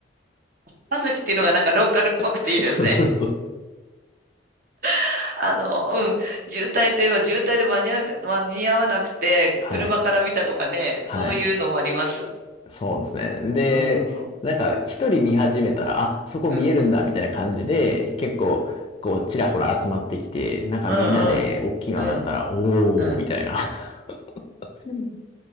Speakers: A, on the right; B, on the left.
A: パスっていうのがなんかローカルっぽくていいですね。
B: <laughs> そうそうそう。
A: <laughs> あの、うん。渋滞といえば渋滞で間に合わなくて、間に合わなくて、
B: はい。
A: 車から見たとかね、
B: はい。
A: そういうのもあります。
B: そうですね。で、
A: うん、うん、
B: なんか一人見始めたら、あ、そこ見えるんだ、
A: うん、
B: みたいな感じで、結構、こう、ちらほら集まってきて、なんかみんなで大きいの上がったら、
A: うん、うん、
B: おー、
A: うん。
B: みたいな。うん